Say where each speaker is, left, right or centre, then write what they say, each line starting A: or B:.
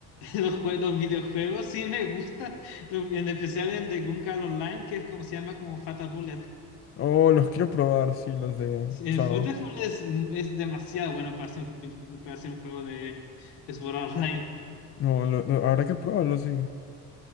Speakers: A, on the left (about 65°); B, on the left (about 30°).
A: Los, jue- los videojuegos sí me gustan, lo- en especial el de Gun Gungal Online, que es como se llama como Fatal Bullet.
B: oh, los quiero probar, sí, los de
A: Sí, El
B: Sao.
A: Football es, es demasiado bueno para hacer, un para hacer un juego de Sword Online.
B: No, lo- lo- habrá que probarlos, sí.